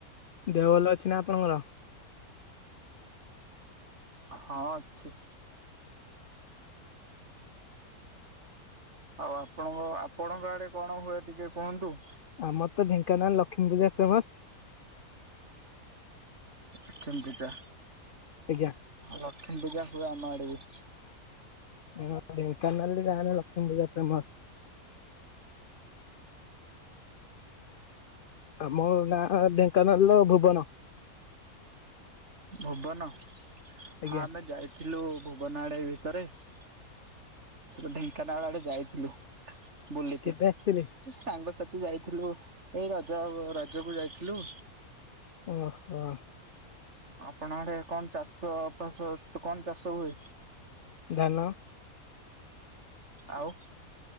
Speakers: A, on the left; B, on the right.
A: ଦେହ ଭଲ ଅଛି ନା ଆପଣଙ୍କର?
B: ହଁ ଅଛି। ଆଉ ଆପଣଙ୍କ ଆପଣଙ୍କ ଆଡେ କଣ ହୁଏ ଟିକେ କୁହନ୍ତୁ?
A: ଆମର ତ ଢେଙ୍କାନାଳ ଲକ୍ଷ୍ମୀ ପୂଜା ଫେମସ।
B: ଅକ୍ଷମ ପୂଜା।
A: ଆଜ୍ଞା।
B: ଲକ୍ଷ୍ମୀ ପୂଜା ହୁଏ ଆମ ଆଡେ ବି।
A: ହଁ ଢେଙ୍କାନାଳ ଜଣା ଯେ ଲକ୍ଷ୍ମୀ ପୂଜା ଫେମସ। ଆମୋ ଗାଁ ଢେଙ୍କାନାଳ ର ଭୁବନ।
B: ସବନ
A: ଆଜ୍ଞା
B: ହଁ ଆମେ ଯାଇ ଥିଲୁ ଭୁବନ ଆଡେ ଭିତରେ ସେଠୁ ଢେଙ୍କାନାଳ ଆଡେ ଯାଇଥିଲୁ। ବୁଲିତେ।
A: କେବେ ଆସିଥିଲେ
B: ସାଙ୍ଗସାଥି ଯାଇଥିଲୁ ଏଇ ରଜ ରଜକୁୁ ଯାଇଥିଲୁ।
A: ଓହୋ।
B: ଆପଣ ଆଡେ କଣ ଚାଷ ଫାସ ସ- କଣ ଚାଷ ହୁଏ।
A: ଧାନ
B: ଆଉ